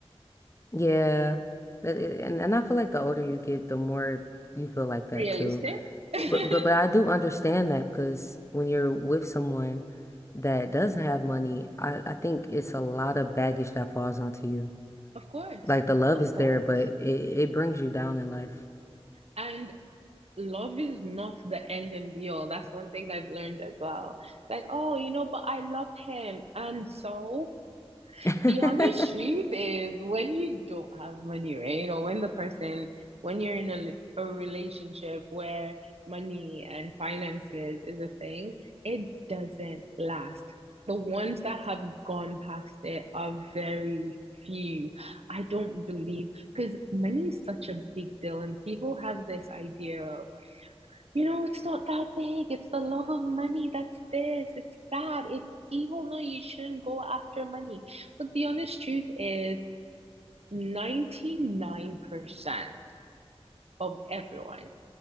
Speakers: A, on the left; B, on the right.
A: yeah, That- it- and and I feel like the older you get, the more you feel like that
B: Realistic?
A: too.
B: <laughs>
A: But but but I do understand that because when you're with someone that doesn't have money, I I think it's a lot of baggage that falls onto you.
B: Of course,
A: Like the love
B: of
A: is
B: course.
A: there, but it it brings you down in life.
B: And love is not the end and be all. That's one thing I've learned as well. It's like, oh, you know, but I love him. And so
A: <laughs>
B: the honest truth is when you don't have money, right? Or when the person, when you're in a, a relationship where money and finances is a thing, it doesn't last. The ones that have gone past it are very few. I don't believe because money is such a big deal, and people have this idea of you know, it's not that big. It's the love of money. That's this. It's that. It's evil. No, you shouldn't go after money. But the honest truth is 99% of everyone,